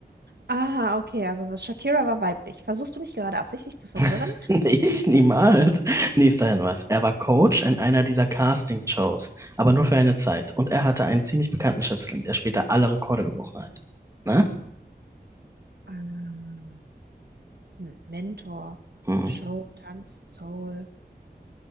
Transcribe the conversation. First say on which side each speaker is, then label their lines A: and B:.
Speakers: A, on the right; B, on the right.
A: Ah, okay, also was Shakira war weiblich. Versuchst du mich gerade absichtlich zu verwirren?
B: <laughs> Ich niemals. Nächster Hinweis. Er war Coach in einer dieser Casting-Shows, aber nur für eine Zeit. Und er hatte einen ziemlich bekannten Schützling, der später alle Rekorde gebrochen hat. Na?
A: Ah, hm, Mentor,
B: Hm.
A: Show, Tanz, Soul,